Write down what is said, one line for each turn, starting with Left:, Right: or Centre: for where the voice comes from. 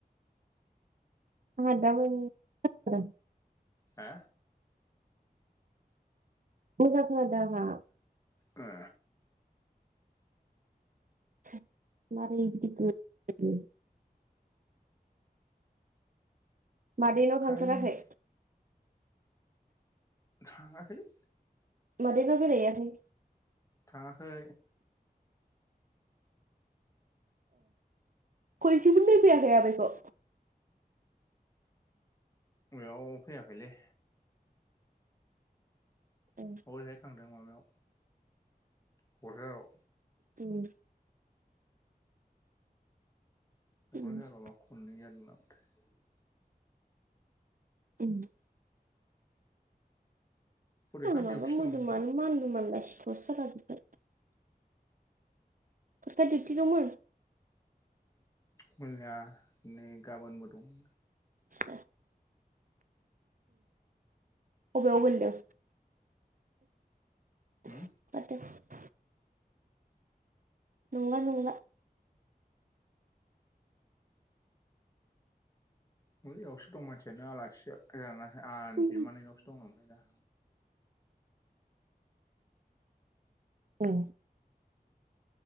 Right: <unintelligible>
Left: हा?
Right: मोजां खोनादो आंहा।
Left: ओ।
Right: <unintelligible> मादैनाव
Left: कारेन्ट
Right: थांथाराखै?
Left: थाङाखैलै।
Right: मादैनाव बेरायहैयाखै?
Left: थाङाखै।
Right: खनसेबो नायफैयाखै आमायखौ?
Left: बेयाव फैयाखैलै।
Right: ए
Left: हरैहाय थांदों माबायाव क'क्राझाराव।
Right: <inaudible> <inaudible>
Left: क'क्राझाराव बा <unintelligible>
Right: <unintelligible> <unintelligible>
Left: फरिखा डिउटि दंमोनलै
Right: फरिखा डिउटि दंमोन?
Left: मैया दिनै गाबोनबो दं।
Right: <unintelligible> अबेयाव गोलैदों?
Left: उम
Right: <unintelligible> नंला नंला।
Left: बैयावसो दं मानसियानो आलासिसो <unintelligible>
Right: उम
Left: बिमानैनावसो दं ओमफ्राय दा।
Right: <inaudible>